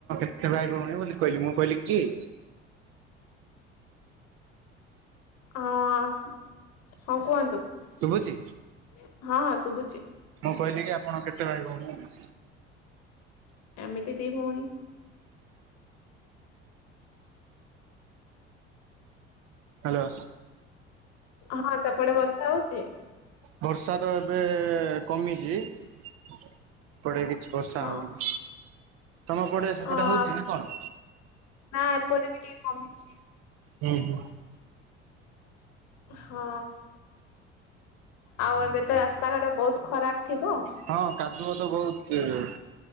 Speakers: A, on the right (about 45°); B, on the left (about 50°).
A: ସେ ଭାଇ ଭୋଉଣୀ ବୋଲି କହିଲି ମୁଁ କହିଲି କିଏ।
B: ଅଁ। ହଁ କୁହନ୍ତୁ
A: ଶୁଭୁଛି
B: ହଁ ହଁ ଶୁବୁଚି।
A: ମୁଁ କହିଲି କି ଆପଣ କେତେ ଭାଇ ଭୋଉଣୀ।
B: ଏମିତି ଦି ଭଉଣୀ।
A: ହାଲୋ।
B: ହଁ ସେପଟେ ବର୍ଷା ହଉଛି?
A: ବର୍ଷା ତ ଏବେ କମିଛି। ଏପଟେ କିଛି ବର୍ଷା
B: ହଁ
A: ହଉନି ତମ ପଟେ ସେପଟେ
B: ହଁ
A: ହଉଛି ନା କଣ?
B: ନା ଏପଟେ ବି ଟିକେ କମିଛି।
A: ହୁଁ ହୁଁ।
B: ହଁ ଆଉ ଏବେ ତ ରାସ୍ତାଘାଟ ବହୁତ ଖରାପ ଥିବ
A: ହଁ କାଦୁଅ ତ ବହୁତ ଇଏ।